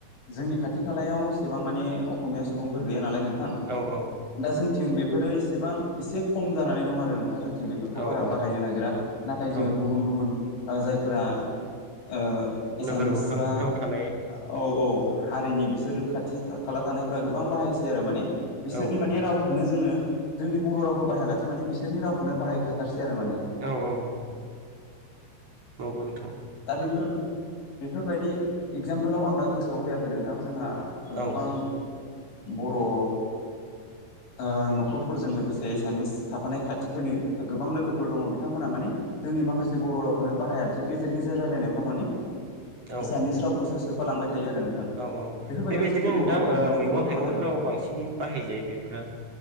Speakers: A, on the left; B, on the right.
A: जोंनि खाथि खालायाव एसेबां माने असमिया सुबुंफोर गैया नालाय नों थां
B: औ औ
A: दा जोंथिं बेफोरो एसेबां एसे खम जानानै दं आरो नोंथां जों बेफोरखौ
B: औ
A: बारा
B: औ
A: बाहायनो नागिरा नाथाय जोङो
B: औ
A: गुबुन गुबुन ओ जायफोरा ओ एसामिस
B: नोगोर मोखांफ्राव
A: बा
B: थानाय
A: औ औ हारिनि बिसोरो खाथि खाला थानायफोरा गोबां बाहायसै आरो माने बिसोरनि
B: औ
A: माने रावखौनो जोङो जोंनि बर' रावखौ बाहायालासे माने बिसोरनि रावखौनो बाहायखाथारसै सै आरो माने
B: औ औ नंगौ नोंथां
A: दा बेफोर बेफोरबायदि एगजामपोलाव आं दा गोसोआव फैयाखै नोंथां जोंहा
B: औ
A: गोबां बर'
B: <inaudible>
A: ओ न'खरफोरजों लोगोसे एसामिस थाफानाय खाथिफोरनि गोबां लोगोफोर दङ बिथांमोनहा माने जों नि माखासे बर' रावखौनो बाहाया बिसोर गेजेर गेजेर रायजलायनायफ्राव माने
B: औ
A: एसामिस रावखौसो सोफालांबाय थायो आरो नोंथां
B: औ औ
A: बेफोरबायदियाव
B: बेबायदिनो
A: जोंनि बर'
B: नोंथां
A: रावावहाय
B: ओ
A: माने
B: मैगं
A: गोबां खहा
B: थाइगंफोराव
A: जादों
B: बांसिन बाहायजायो बेफ्रा